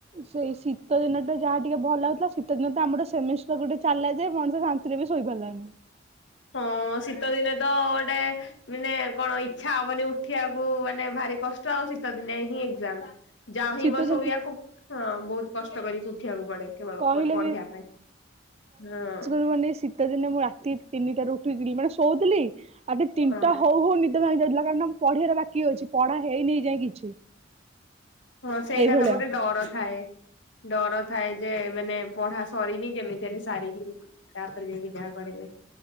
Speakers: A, on the right (about 30°); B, on the left (about 65°).
A: ସେଇ ଶୀତ ଦିନ ଟା ଯାହା ଟିକେ ଭଲ ଲାଗୁଥିଲା ଶୀତ ଦିନ ତ ଆମର ସେମି ଗୋଟେ ଚାଲା ଯେ ମଣିଷ ବି ଶୋଇପାରିଲାନି
B: ହଁ ଶୀତ ଦିନ <unintelligible> ଗୋଟେ ମାନେ କଣ ଇଚ୍ଛା ହବନି ଉଠିବାକୁ ମାନେ ଭାରି କଷ୍ଟ ଶୀତ ଦିନେ ହିଁ ଏକ୍ସାମ୍। ଯା ହିଁ
A: ଶୀତ
B: ବସ
A: ଦିନ
B: ସୋୟାକୁ ହଁ ବହୁତ କଷ୍ଟ କରିକି ଉଠିବାକୁ ପଡେ କେବଳ
A: କହିଲେ
B: ପଢିବା ପାଇଁ ହଁ।
A: ମାନେ ଶୀତ ଦିନ ମୁଁ ରାତି ତିନିଟାରୁ ଉଠିଥିଲି ମାନେ ସୋ ଆଗେ ତିନିତା
B: ହଁ
A: ହଉ ହଉ ନିଦ ଭାଙ୍ଗିଯାଉଥିଲା ମୁ ପଢିବାର ବାକି ଅଛି ପଢା ହେଇନି ଏଯାଇ କିଛି
B: ହଁ ସେଇଟା
A: ଏଇଭଳିଆ
B: ତ ଗୋଟେ ଡର ଥାଏ ଡର ଥାଏ ଯେ ମାନେ ପଢା ସରିନି ଯେମିତି ହେଲେ ସାରିକି ତାପରେ ଯାଇକି ଯାହା କରିବେ